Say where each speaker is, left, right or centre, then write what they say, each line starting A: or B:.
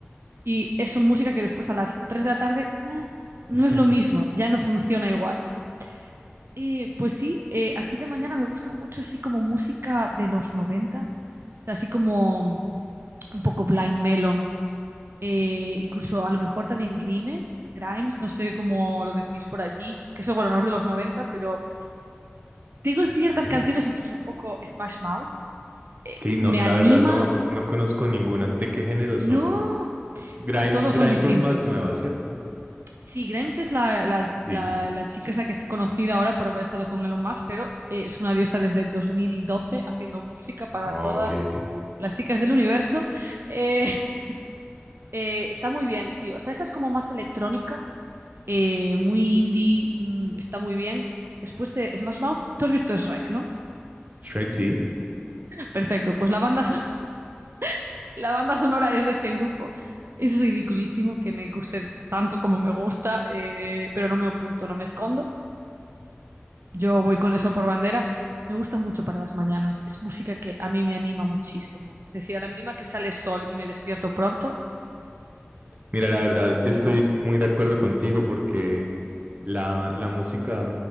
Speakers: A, on the right (about 65°); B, on the right (about 40°).
A: Y es música que después a las 3 de la tarde ah, no
B: <laughs>
A: es lo mismo, ya no funciona igual. Eh, pues sí, eh, así de mañana me gusta mucho, así como música de los noventa o sea, así como mm, un poco Blind Melon, eh, incluso a lo mejor también Grimes, Grimes, no sé cómo lo decís por allí, que eso, bueno, no es de los noventa pero tengo ciertas
B: Ok,
A: canciones, incluso un poco Smash Mouth, eh,
B: Que no,
A: me
B: la
A: anima.
B: verdad no, no conozco ninguna. ¿De qué género son?
A: No,
B: Grimes,
A: todos
B: Grimes
A: son distintos.
B: es más nueva, ¿cierto?
A: Sí, Grimes es la, la-
B: Sí,
A: la- la chica
B: sí.
A: esa que es conocida ahora por haber estado con Elon Musk, pero eh, es una diosa desde 2012 haciendo música para
B: Oh,
A: todas
B: Ok, ok.
A: las chicas del universo. Eh, <laughs> eh, está muy bien, sí. O sea, esa es como más electrónica, eh, muy indie, mm, está muy bien. Después de Smash Mouth, tú has visto Shrek, ¿no?
B: Shrek, sí.
A: Perfecto, pues la banda, son- <laughs> la banda sonora es de este grupo. Es ridiculísimo que me guste tanto como me gusta, eh, pero no me oculto, no me escondo. Yo voy con eso por bandera. Me gusta mucho para las mañanas. Es música que a mí me anima muchísimo. Es decir, a la mínima que sale sol y me despierto pronto, estoy escuchando eso.
B: Mira, la verdad estoy
A: ¿Verdad?
B: muy de acuerdo contigo porque la, la música,